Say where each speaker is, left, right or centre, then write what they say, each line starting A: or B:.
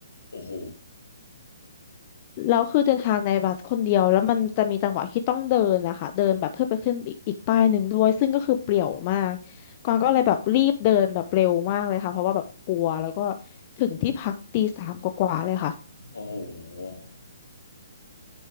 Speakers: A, on the left; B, on the left.
A: โอ้โห
B: แล้วคือเดินทางในบัสคนเดียวแล้วมันจะมีจังหวะที่ต้องเดินนะคะเดินแบบเพื่อไปขึ้นอีกอีกป้ายหนึ่งด้วยซึ่งก็คือเปลี่ยวมากกวางก็เลยแบบรีบเดินแบบเร็วมากเลยค่ะเพราะว่าแบบกลัวแล้วก็ถึงที่พักตีสามกว่าๆเลยค่ะ
A: โอ้โห